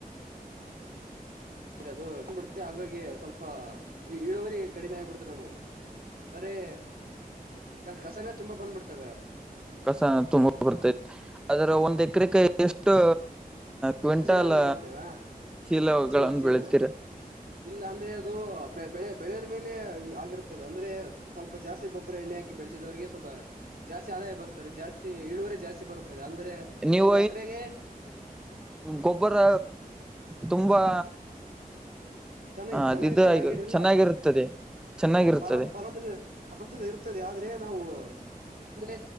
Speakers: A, on the right; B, in the centre.
A: ಅ ಅದು್ ಬಿಿಡುತ್ತೆ ಹಾಗಾಗಿ ಸ್ವಲ್ಪ. ಇಳುವರಿ ಕಡಿಮೆ ಆಗ್ಬಿಡ್ತ ನಾವು ಬರೀ. ಕ ಕಸನೇ ತುಂಬಾ ಬಂದ್ಬಿಡ್ತವೆ.
B: ಕಸ ತುಂಬ ಬರ್ತೈ ಅದ್ರ ಒಂದ್ ಎಕರೆಕ ಎಷ್ಟು. ಕ್ವಿಂಟಲ್
A: ಚೀಲಗಳನ್ನ ಬೆಳಿತೇವಾ
B: ಶೀಲಗಳಗಳನ್ನು
A: ಚೀಲ ಚೀಲಗಳು
B: ಬೆಳತಿೀರ.
A: ಇಲ್ಲ ಅಂದ್ರೆ ಅದು. ಬೆ ಬೆಳೆ ಬೆಳೆಯವರ ಮೇಲೆ ಆಗಿರ್ತದೆ ಅಂದ್ರೆ ಸ್ವಲ್ಪ ಜಾಸ್ತಿ ಗೊಬ್ಬರ ಎಣ್ಣೆ ಹಾಕಿ ಬೆಳೆಸಿದವ್ರರಿಗೆ ಸ್ವಲ್ಪ. ಜಾಸ್ತಿ ಆದಾಯ ಬರ್ತದೆ ಜಾಸ್ತಿ ಇಳುವರೆ ಜಾಸ್ತಿ ಬರ್ತದೆ ಅಂದ್ರೆ
B: ನೀವು
A: ಒಂದು್ ಎಕರೆಗೆ.
B: ಗಬ್ಬರ ತುಂಬಾ.
A: ಚೆನ್ನಾಗಿ ಚೆನ್ನಾಗಿರ್ತದೆ
B: ಅದಿದ
A: ಹಾಗೇನೆಲ್ಲ.
B: ಚೆನ್ನಾಗಿರುತ್ತದೆ ಚೆನ್ನಾಗಿರುತ್ತದೆ
A: ಫಲ ಫಲದ ಫಲದ ಇರ್ತದೆ ಆದ್ರೆ ನಾವು. ಅಂದ್ರೆ